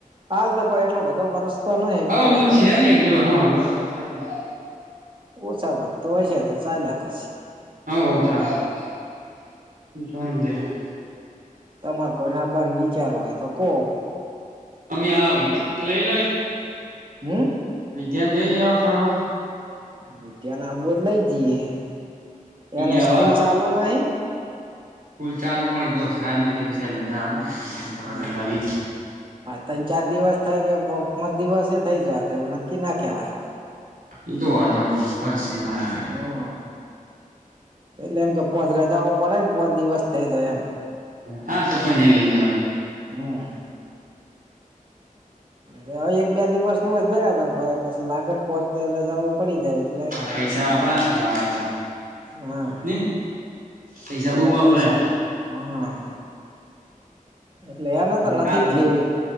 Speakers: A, on the right; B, on the right.
A: હાલ તો કોઈ એટલો બધો વરસ તો નહી એટલે
B: હા આમ
A: વાંધો
B: તો છે
A: નહી.
B: એટલે હા બરાબર સાચી વાત
A: ઓછા વધતો હશે તો ચાલ્યા કરશે.
B: હ હ ચાલે
A: તમાર કોઈ નાબાન વિચાર હોય તો કોહો.
B: અમે આ વિધ્યા લઈ લ,
A: હમ
B: વિધ્યાન લઈ લેવા ફરવા.
A: વિદ્યા ના આવુ હોયે લઈ જઈએ
B: અહિયાં
A: એને સ્કૂલ
B: આવા
A: ચાલુ નહિ.
B: સ્કૂલ ચાલુ પ તો સાહેબ ને કે સાહેબ રજા આલો ફરવા
A: હા
B: લઈ જાવી
A: હા ત્રણ ચાર દિવસ થાય કે પાંચ દિવસે થઈ જાય તો એવું નક્કી ના કહેવાય.
B: એ તો તોવાની ફર છે એ મા આવે.
A: હમ એટલે એમ કે પોચ રજા પડે ને પોચ દિવસ થઈ તો એમ,
B: હા તો પઈ નઈ લઈ જાવી.
A: હમ્મ હવે એક બે દિવસનુ હોય બરાબર પછી લાગત પોચ દિ રજા પડી જાયલે
B: હા પૈસા વાપરા તો આવે તો
A: હા
B: નને પૈસા
A: પાછા
B: બઉ વાપરે‌.
A: પૈસા હા એટલે એને
B: હ
A: તો નથી
B: આ લઈ,
A: જ લેવી